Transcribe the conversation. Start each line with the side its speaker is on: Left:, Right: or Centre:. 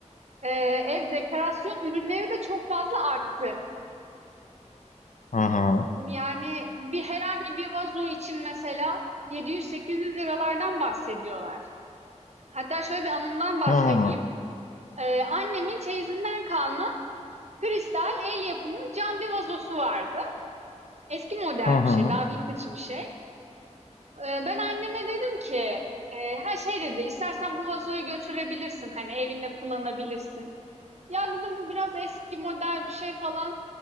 Right: Eee, ev dekorasyon ürünleri de çok fazla arttı.
Left: hı hı,
Right: Yani bir herhangi bir vazo için mesela ₺700 liralardan bahsediyorlar. Hatta şöyle bir anımdan bahsedeyim.
Left: hı hı,
Right: Eee, annemin çeyizinden kalma Kristal el yapımı cam bir vazosu vardı. Eski model
Left: hı hı,
Right: bir şey, daha vintage bir şey. Ee, ben anneme dedim ki, e, her şey dedi, istersen bu vazoyu götürebilirsin, hani evinde kullanabilirsin. Ya dedim bu biraz eski model bir şey falan.